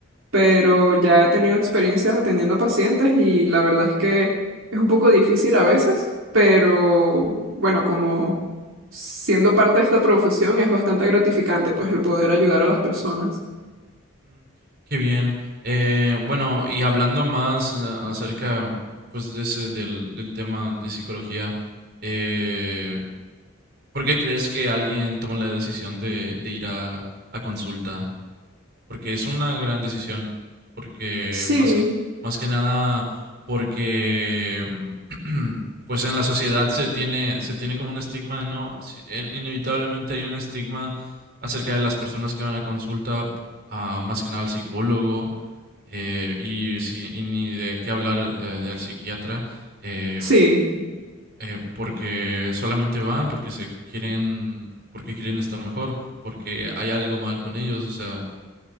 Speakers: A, on the right (about 75°); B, on the right (about 50°).
A: pero ya he tenido experiencias atendiendo pacientes y la verdad es que es un poco difícil a veces, pero bueno, como siendo parte de esta profesión es bastante gratificante, pues el poder ayudar a las personas.
B: Mm, Qué bien. Eh, bueno, y hablando más eh, acerca pues de ese, del, del tema de psicología, eh, ¿por qué crees que alguien toma la decisión de, de ir a, a consulta? porque es una gran decisión, porque
A: Sí,
B: más que, más que nada, porque <clears throat> pues en la sociedad se tiene, se tiene como un estigma, ¿no? Si- en- Inevitablemente hay un estigma acerca de las personas que van a consulta, a, más que nada al psicólogo, eh, y, si- y ni de qué hablar eh, del psiquiatra, eh,
A: sí.
B: eh, porque solamente van porque se quieren, porque quieren estar mejor, porque hay algo mal con ellos, o sea,